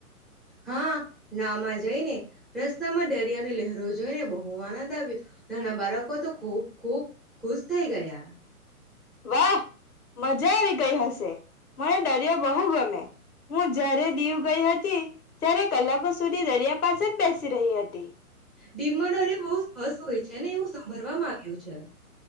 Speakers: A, in the centre; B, on the left.
A: હા નાવમાં જઈને રસ્તામાં દરિયાની લહેરો જોઈ ને બહું. આનંદ આવ્યો. નાના બાળકો તો ખૂબ ખૂબ ખુશ થઈ ગયા.
B: વાહ, મજા આવી ગઈ હશે? મને દરિયો બહુ ગમે, હું જ્યારે દીવ ગઈ હતી, ત્યારે કલાકો સુધી દરિયા પાસે જ બેસી રહી હતી
A: દિવમાં દરિયો બહુ સ્વસ્થ હોય છે, ને એવું સાંભળવામા આવ્યું છે.